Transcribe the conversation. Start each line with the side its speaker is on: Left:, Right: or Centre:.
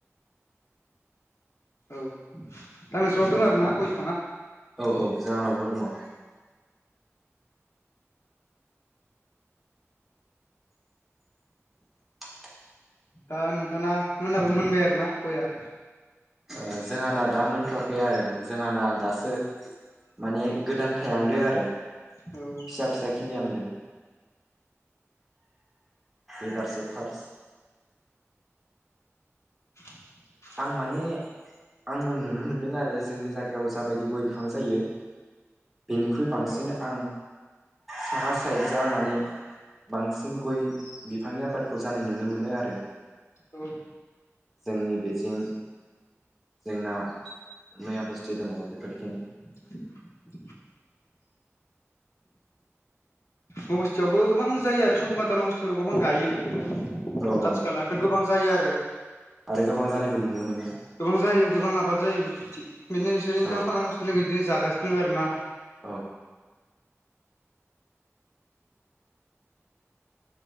Left: औ दा नोंसानाव दों आरोना गय फिफाङा?
Centre: औ औ जाहानावबो दङ। <inaudible>
Left: दा नोंथाना मोननाबो मोनबाय आरोना गया?
Centre: ओ जोङाना दा मोनथ'वाखै आरो जोङाना दासो माने गोदान थायहांदो आरो।
Left: औ।
Centre: फिसा फिसा खिलिहांदो एबारसो फार्स।
Left: <inaudible>
Centre: आं माने आङो नुनो मोनदों आरो जोंनि जायगायाव जाबायदि गय बिफां जायो बेनिख्रुइ बांसिन
Left: औ
Centre: आं साहा साइडजा माने बांसिन गय बिफांनि आबादखौ जानाय नुनो मोनो आरो।
Left: औ
Centre: जोंनि बे जों जोंना नयाबस्थि दङ बेफोरथिं
Left: <inaudible> नबस्थियावबो गोबां जायो आरो सुबुनखाथा नबस्थि फोराव गोबां गायो बेफोरफोरखौ
Centre: औ
Left: खाथिखाला
Centre: औ
Left: फोर गोबां जायो आरो।
Centre: आरो गोबां जानायबो नुनो मोनो।
Left: गोबां जायो गोबां आबाद जायो बेफोरथिं बिदिनो बिसोर इनकाम
Centre: औ
Left: खालामगासिनो बिदिनो जागासिनो दं आरो ना।
Centre: औ